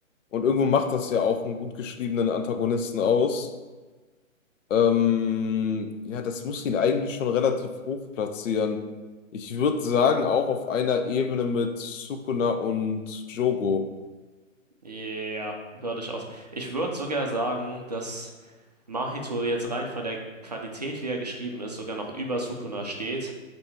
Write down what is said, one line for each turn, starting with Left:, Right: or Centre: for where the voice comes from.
Left: Und irgendwo macht das ja auch einen gut geschriebenen Antagonisten aus. Ähm, ja, das muss ihn eigentlich schon relativ hoch platzieren. Ich würde sagen, auch auf einer Ebene mit Sukuna und Jogo.
Right: Ja, würde ich auch sagen. Ich würde sogar sagen, dass Mahito jetzt rein von der Qualität, wie er geschrieben ist, sogar noch über Sukuna steht.